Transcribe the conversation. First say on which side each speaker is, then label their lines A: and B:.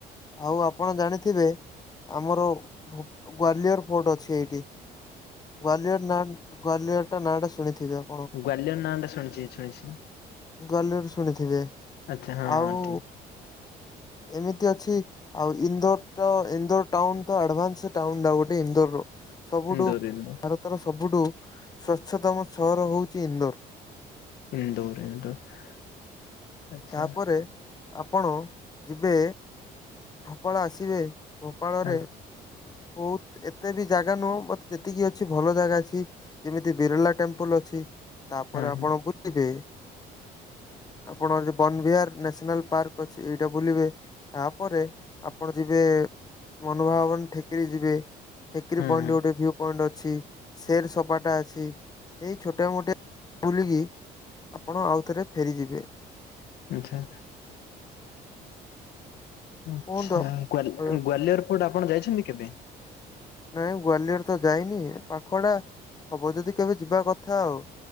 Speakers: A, on the left; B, on the left.
A: ଆଉ ଆପଣ ଜାଣିଥିବେ ଆମର ଗ୍ଵାଲିୟର କୋଡ଼ ଅଛି ଏଇଠି। ଗ୍ଵାଲିୟର ନାଁ ଗ୍ବାଲିୟର ଟା ନାଁ ଟା ଶୁଣିଥିବେ ଆଉ?
B: ଗ୍ବାୟଲିୟର ନାଁ ଟା ଶୁଣିଛି ଶୁଣିଛି।
A: ଗ୍ଵାଲିୟର ଶୁଣିଥିବେ
B: ଆଚ୍ଛା ହଁ
A: ଆଉ
B: ହଁ ଠିକ।
A: ଏମିତି ଅଛି। ଆଉ ଇନ୍ଦୋର ଟା ଇନ୍ଦୋର ଟାଉନ ତ ଆଡଭାନ୍ସ ଟାଉନ ଟା ଗୋଟେ ଇନ୍ଦୋର। ସବୁଠୁ
B: ଇନ୍ଦୋର ଇନ୍ଦୋର
A: ଭାରତର ସବୁଠୁ ସ୍ୱଚ୍ଛତମ ସହର ହଉଛି ଇନ୍ଦୋର।
B: ଇନ୍ଦୋର, ଇନ୍ଦୋର। ଆଚ୍ଛା
A: ତାପରେ ଆପଣ ଯିବେ? ଭୋପାଳ ଆସିବେ ଭୋପାଳରେ
B: ଆଚ୍ଛା
A: ବହୁତ ଏତେ ବି ଜାଗା ନୁହଁ ମତେ ଯେତିକି ଅଛି ଭଲ ଜାଗା ଅଛି। ଯେମିତି ବିରଲା ଟେମ୍ପଲ ଅଛି। ତାପରେ
B: ହଁ
A: ଆପଣ
B: ହଁ
A: ବୁ <unintelligible> ବେ ଆପଣ ବନବହାର ନ୍ୟାସନାଲ ପାର୍କ ଅଛି ଏଇଟା ବୁଲିବେ, ତାପରେ ଆପଣ ଯିବେ ମନଭବନ ଠେକିରୀ ଯିବେ, ଠେକିରୀ
B: ହଁ
A: ପଏଣ୍ଟ
B: ହଁ।
A: ଗୋଟେ ଭ୍ୟୁ ପଏଣ୍ଟ ଅଛି। ସେର ସୋପାଟା ଅଛି। ଏଇ ଛୋଟ ମୋଟେ ବୁଲିକି ଆପଣ ଆଉ ଥରେ ଫେରିଯିବେ।
B: ଆଚ୍ଛା। ଆଚ୍ଛା,
A: କୁହନ୍ତୁ
B: ଗ
A: ଆପଣ
B: ଗ୍ଵଲିୟର କୋଉଟା ଆପଣ ଯାଇଛନ୍ତି କେବେ?
A: ନାଇଁ ଗ୍ଵାଲିୟର ତ ଯାଇନି ପାଖଡା ହବ ଯଦି କେବେ ଯିବା କଥା ଆଉ।